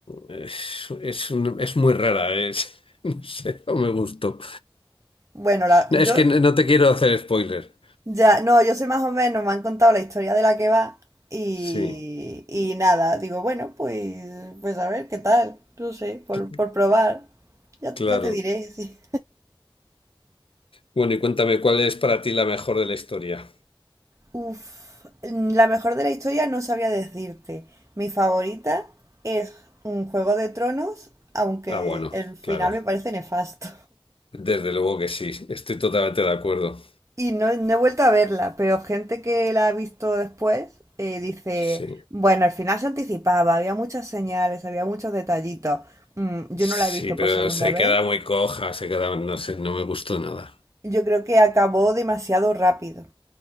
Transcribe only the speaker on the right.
Bueno, la,
yo,
ya, no, yo sé más o menos, me han contado la historia de la que va y,
y nada, digo, bueno, pues, pues a ver, ¿qué tal? No sé, por,
por probar. Ya,
te- ya te diré, <laughs> sí.
Uf, la mejor de la historia no sabría decirte. Mi favorita es un Juego de Tronos, aunque
el final
me parece nefasto.
Y no, no he vuelto a verla, pero gente que la ha visto después eh, dice,
bueno, al final se anticipaba, había muchas señales, había muchos detallitos. Mm, yo
no la he visto
por segunda
vez.
Yo creo que acabó demasiado rápido,